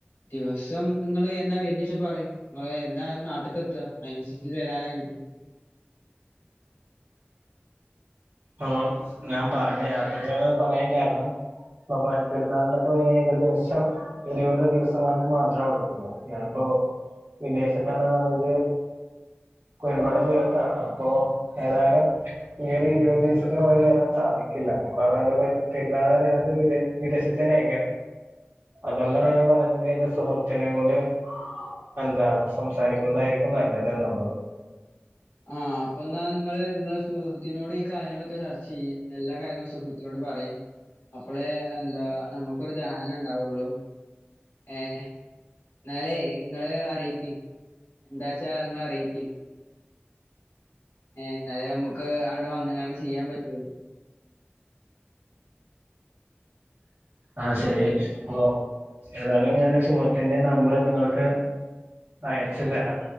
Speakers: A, on the left (about 85°); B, on the right (about 65°).
A: ദിവസം നിങ്ങള് എന്നാ വരുന്നേച്ചാ പറയ് നിങ്ങള് എന്നാ നാട്ട്ക്ക് എത്ത അതിനനുസരിച്ച് വെരാനാ യെനിക്ക്
B: ഓ ഞാൻ പറഞ്ഞ യാത്ര ചെയണമെന്ന് പറയാൻ കാരണം വവ്വാല് നല്ല പോയിനേകദേശം ഇരുപത് ദിവസങ്ങൾക്ക് മാത്രേ ഉള്ളല്ലോ ഞാനിപ്പോ വിദേശത്താണെന്ന് പറഞ്ഞത് ഒരുപാട് ദൂരത്താണ് അപ്പോ ഏതായാലും ഈ ഒരു ഇരുപത് ദിവസത്തിനുള്ളിൽ വരാൻ സാധിക്കില്ല ബുക്കാറായേൻറ പേരിൽ പെരുന്നാള് അറിയനത് വി വിദേശത്തന്നെ അയക്കണം അതുകൊണ്ടാണ് ഞാൻ പറഞ്ഞത് എൻറെ സുഹൃത്തിനെ കൊണ്ട് എന്താ സംസാരിക്കുന്നതായിരിക്കും നല്ലത് എന്ന്ള്ളത്
A: ആഹ് അപ്പൊ എന്നാ നിങ്ങള് നിങ്ങളെ സുഹൃത്തിനോട് ഈ കാ കാര്യങ്ങളൊക്കെ ചർച്ച ചെയ്യും എല്ലാ കാര്യങ്ങളും സുഹൃത്തിനോട് പറ അപ്പളെ എന്താ നമുക്കൊരു ദാരണ ഉണ്ടാവുള്ളൂ ഏ എന്നാലെ ങ്ങള് അറിയിക്ക് എന്താച്ചാ നിങ്ങളറിയിക്ക് ഏ എന്നാലേ നമുക്ക് അണ്ട് വന്നങ്ങാണ്ട് ചെയ്യാൻ പറ്റുവോള്ളു
B: ആയ് ശരി അപ്പൊ ഏതായാലും ഞാൻ സുഹൃത്തിന്റെ നമ്പര് നിങ്ങൾക്ക് അയച്ചു തരാം